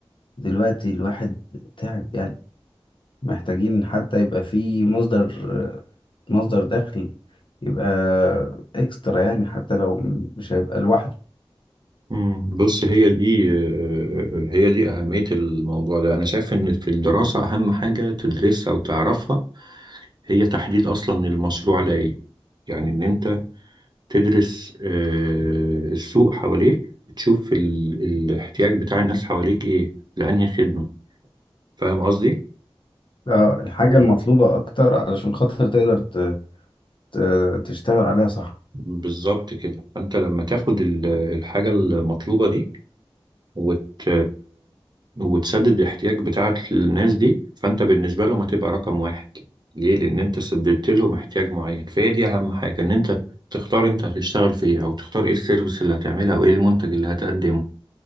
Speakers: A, on the left; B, on the right.
A: دلوقتي الواحد تعب يعني محتاجين حتى يبقى في مصدر مصدر دخل يبقى اكسترا يعني حتى لو مش هيبقى لوحده
B: مم، بص هي دي آه هي دي أهمية الموضوع ده أنا شايف إن في الدراسة أهم حاجة تدرسها وتعرفها هي تحديد أصلا المشروع ده إيه يعني إن أنت تدرس آه، السوق حواليك تشوف ال... الاحتياج بتاع الناس حواليك إيه لأنهي خدمة فاهم قصدي؟
A: اه الحاجة
B: مم.
A: المطلوبة أكتر علشان خاطر تقدر ت- ت- تشتغل عليها صح
B: بالظبط كده فأنت لما تاخد ال- الحاجة المطلوبة دي وت... وتسدد الاحتياج بتاعك للناس دي فانت بالنسبة لهم هتبقى رقم واحد ليه؟ لأن انت سددت لهم احتياج معين فهي دي أهم حاجة إن انت تختار انت هتشتغل في ايه أو تختار ايه السيرفيس اللي هتعملها أو ايه المنتج اللي هتقدمه